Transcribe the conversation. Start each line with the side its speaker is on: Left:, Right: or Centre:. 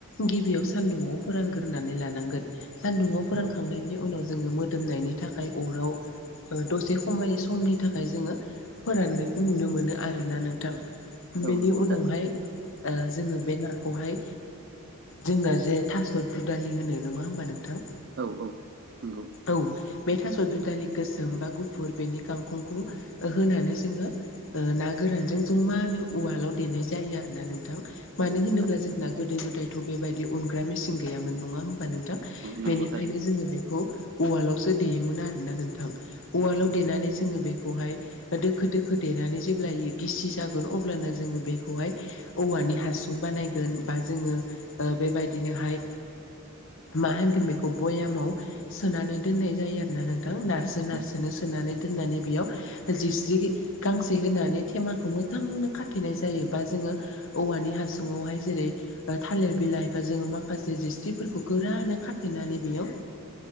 Left: गिबियाव सान्दुंआव फोरानग्रोनानै लानांगोन सान्दुङाव फोरानखांनायनि उनाव जोङो मोदोमनायनि थाखाय अराव ओ दसे खमाय समनि थाखाय जोङो फोरानो नुनो मोनो आरोना नोंथां
Right: औ
Left: बेनि
Right: नंगौ
Left: उनावहाय
Right: थारैनो
Left: ओ जोङो बे ना खौहाय जोंना जे थास' दुदालि होनो नङा होमबा नोंथां?
Right: औ औ नंगौ।
Left: औ बे थास' दुदालि गोसोम बा गुफुर बेनि गांखंखौ होनानै जोङो ओ ना गोरानजों जमानो उवालाव देनाय जायो आरो ना नोंथां। मानो होनोब्ला
Right: थारैनो औ
Left: जोंना गोदो गोदायथ' बेबायदि उनग्रा मेसिन गैयामोन नङा होमबा नोंथां?
Right: नंगौ
Left: बेनिखायनो
Right: औ थारैनो औ नंगौ थारैनो
Left: जोङो बे खौ उवालावसो देयोमोन आरो ना नों थां उवालाव देनानै जोङो बेखौहाय दोखो दोखो फोदेनानै जेबब्लायो गिसि जागोन अब्लानो जोङो बेखौहाय औवानि हासुं बानायगोन बा जोङो बेबायदिनोहाय मा होनगोन बेखौ बयामाव सोनानै दोननाय जायो आरोना नोंथां नार सोनार
Right: औ
Left: सोनो सोनानै दोननानै बेयाव जिस्रि गांसे होनानै थेमाखौ मोजांनो खाथेनाय जायो बा जोङो औवानि हासुङावहाय जेरै थालिर बिलाइ बा जोङो माखासे जस्रिफोरखौ गोरानो खाथेनानै बेयाव